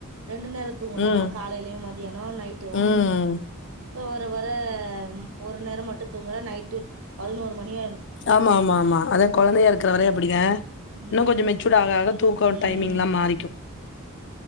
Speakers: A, on the right (about 85°); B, on the left (about 55°).
A: ரெண்டு நேரம் தூங்கனா
B: ம்
A: காலையிலயும் மதியனம் நைட்டும்
B: ம்
A: இப்போ வர வர ஒரு நேரம் மட்டும் தூங்குற நைட்டு பதினோரு மணியா
B: ஆமா ஆமா ஆமா அதா குழந்தையா இருக்கிற வரயும் அப்படிதா இன்னும்
A: ம்
B: கொஞ்சம் மெச்சூட ஆக ஆக தூக்கம்
A: ம்
B: டைமிங் எல்லாம் மாறிக்கும்